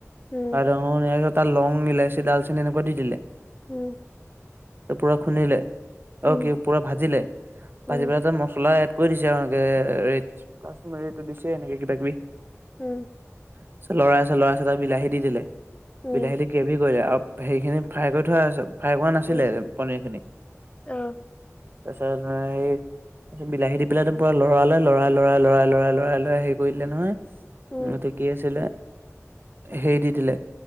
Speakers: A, on the left; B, on the right.
A: উম
B: আৰু তাৰ লং ইলাচি ডালচেনি এনেকুৱা দি দিলে
A: উম
B: পুৰা খুন্দিলে
A: উম উম
B: অ কি পুৰা ভাজিলে
A: উম
B: ভাজি পেলাই তাত মচলা এড কৈ দিছে এনেকে কাষ্টমাৰটো দিছে এনেকে কিবা কিবি
A: উম
B: মাজত লৰাই আছে লৰাই আছে ত বিলাহী দি দিলে
A: উম
B: বিলাহী দি গ্ৰেভি কৰিলে সেৰিখিনি ফ্ৰাই কৰি থোৱা ফ্ৰাই কৰা নাছিলে
A: উম
B: পনীৰ খিনি তাছত
A: অ
B: সেই তাৰপিত বিলাহী দি পেলাই একদম পুৰা লৰালে লৰাই লৰাই লৰাই লৰাই লৰাই লৰাই হেৰি কৰি দিলে নহয় উ
A: উম
B: মই এতিয়া কি আছিলে হে দি দিলে